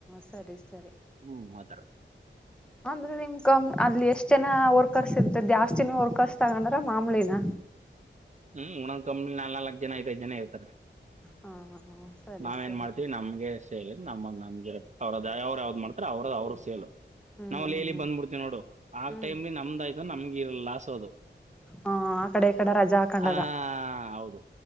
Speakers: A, in the centre; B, on the right.
A: ಸರಿ ಸರಿ
B: ಹ್ಮ್ ಆ ಥರ
A: ಅಂದ್ರೆ ನಿಮ್ ಕ ಅಲ್ಲಿ ಎಷ್ಟ ಜನ ರ್ ಕರ್ಸಿರ್ತ ಜಾಸ್ತಿನ ಹೊರ್ಕರ್ಸ ತಗೊಂಡ್ರ ಮಾಮೂಲಿನ
B: ಹ್ಮ್ ಒಣಂದ್ ಕಂಪ್ನಿಲ್ ನಾಲ್ ನಲ್ಕ ಜನ ಐದೈದ್ ಜನ ಇರ್ತಾರೆ.
A: ಹಾ ಹಾ ಸರಿ
B: ನಾವೇನ್
A: ಸರಿ
B: ಮಾಡ್ತೀವಿ ನಮ್ಗೆ ಸೇರಿ ನಮ್ಮ ನಮಗಿರತ್ತ ಅವ್ರದ ದಯ ಅವ್ರ ಯಾವ್ದ್ ಮಾಡ್ತರ್ ಅವ್ರದ್ ಅವ್ರಗ್ ಸೇಲು.
A: ಹ್ಮ್
B: ನಾವು ಅಲ್ಲಿ ಎಲ್ಲಿ ಬಂದ್ಬಿಡ್ತೀವಿ ನೋಡು ಆ
A: ಹ್ಮ್
B: ಟೈಮ್ಲಿ ನಮ್ದಾಯ್ ಇದು ನಮ್ಗೆ ಇ ಲಾಸ್ ಅದು
A: ಹಾ ಅ ಕಡೆ ಕಡೆ ರಜಾ ಹಾಕೊಂಡಾಗ
B: ಹ ಹೌದು